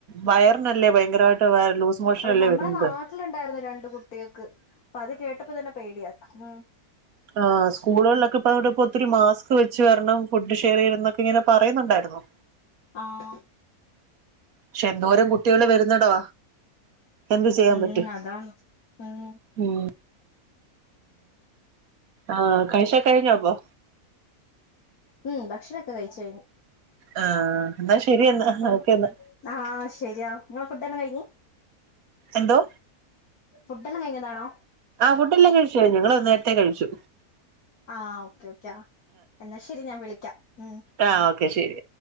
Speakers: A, on the right; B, on the left.
A: വയറിനല്ലേ ഭയങ്കരമായിട്ട് ലൂസ് മോഷനല്ലേ
B: അപ്പൊ നമ്മുടെ
A: വരുന്നത്
B: നാട്ടിലുണ്ടായിരുന്നു രണ്ട് കു കുട്ടികക്ക് അപ്പ ത് കേട്ടപ്പോ തന്നെ പേടിയാ ഉം
A: ആഹ് സ്കൂളുകളിലൊക്കെ ഇപ്പ അതോടെ ഒത്തിരി മാസ്ക് വെച്ച് വരണം ഫുഡ് ഷെയർ ചെയ്യരുത് എന്നൊക്കെ ഇങ്ങനെ പറയുന്നുണ്ടായിരുന്നു
B: ആഹ്
A: പക്ഷെ എന്നോരം കുട്ടികള് വരുന്നടോ എന്ത് ചെയ്യാൻ
B: ഉം
A: പറ്റും
B: അതാണ് ഉം
A: ഉം ആഹ് കൈശോ കയ്ഞ്ഞോപ്പോ
B: ഉം ഭക്ഷണൊക്കെ കഴിച്ചു കയ്ഞ്ഞു
A: ആ എന്നാ ശരി എന്നാ
B: അയ്നിപ്പം
A: ഓക്കെ എന്നാ
B: ആഹ് ശരിയാ ഇങ്ങള് ഫുഡ്ടൊക്കെ കഴികു
A: എന്തോ
B: ഫുഡ് എല്ലാം കഴിഞ്ഞതാണോ
A: ആഹ് ഫുഡ്ഡല്ലാം കഴിചയ്ഞ്ഞു ങ്ങള് നേരത്തെ കഴിച്ചു
B: ആഹ് ഓക്കേ ഓക്കെ എന്നാ ശരി ഞാൻ വിളിക്കാം ഉം
A: ആഹ് ഓക്കെ ശരി